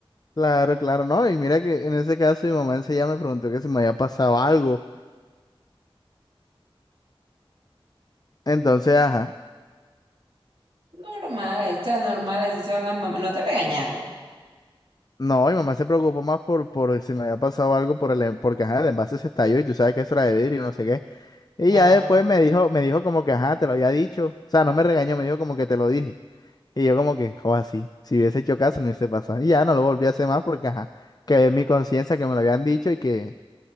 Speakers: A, on the left; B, on the right.
A: Claro, claro, no. Y mira que en ese caso mi mamá enseguida me preguntó que si me había pasado algo. Entonces, ajá.
B: Normal, o sea, normal, así son las mamás. No te regañaron.
A: No, mi mamá se preocupó más por, por si me había pasado algo por el, en- porque ajá, el envase se estalló y tú sabes que eso era de vidrio y no sé qué.
B: Claro.
A: Y ya después me dijo, me dijo como que ajá, te lo había dicho. O sea, no me regañó, me dijo como que te lo dije. Y yo como que, joder, así, si hubiese hecho caso, no hubiese pasado. Y ya no lo volví a hacer más porque ajá, quedé en mi conciencia que me lo habían dicho y que